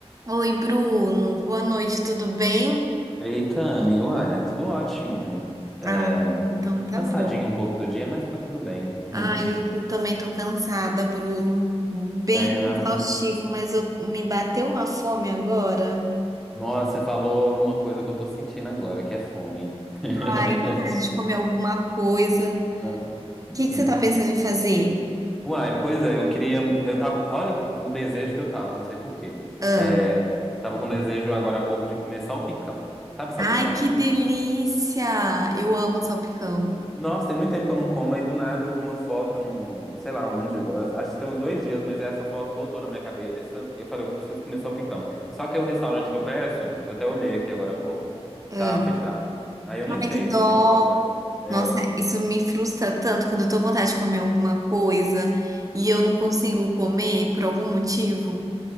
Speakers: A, on the right; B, in the centre.
A: Oi, Bruno. Boa noite, tudo bem?
B: Eita, Ami, ué, tudo ótimo. É,
A: Ah, então tá
B: cansadinho
A: bom.
B: um pouco do dia, mas tá tudo bem.
A: Ai,
B: Hum.
A: eu também tô cansada, Bruno. Bem
B: É, mas-
A: exaustivo, mas eu, me bateu uma fome agora.
B: nossa, você falou uma coisa que eu tô sentindo agora, que é fome. <laughs>
A: Ai, vontade de comer alguma coisa.
B: Ah,
A: O que que
B: hum.
A: você tá pensando em fazer?
B: Uai, pois é, eu queria. Eu tava. Olha o desejo que eu tava, não sei por quê.
A: Ah.
B: É, tava com desejo agora há pouco de comer salpicão. Sabe salpicão?
A: Ai, que delícia! Eu amo salpicão.
B: Nossa, tem muito tempo que eu não como, aí do nada eu vi uma foto no, sei lá onde, eu acho que tem uns dois dias, mas essa foto voltou na minha cabeça e eu falei, eu preciso comer salpicão. Só que aí o restaurante que eu peço, eu até olhei aqui agora há pouco,
A: Ah.
B: tá fechado. Aí eu nem
A: Ai,
B: sei
A: que dó!
B: se tem outro lugar. É,
A: Nossa, isso me frustra tanto quando eu tô com vontade de comer alguma coisa e eu não consigo comer por algum motivo.